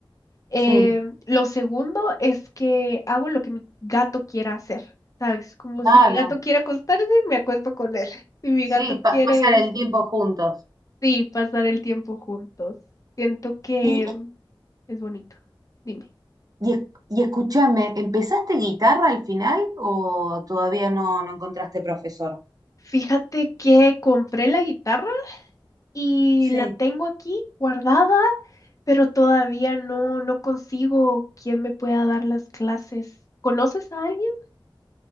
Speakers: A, on the left; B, on the right.
A: eh,
B: sí,
A: lo segundo es que hago lo que mi gato quiera hacer, ¿sabes? Como
B: claro.
A: si mi gato quiere acostarse, me acuesto con él. <laughs> Si mi
B: Sí,
A: gato
B: pa-
A: quiere,
B: pasar el tiempo juntos.
A: sí, pasar el tiempo juntos. Siento que
B: Y,
A: es bonito. Dime.
B: y, es- y escúchame, ¿empezaste guitarra al final o todavía no, no encontraste profesor?
A: Fíjate que compré la guitarra y
B: Sí.
A: la tengo aquí guardada, pero todavía no, no consigo quien me pueda dar las clases. ¿Conoces a alguien?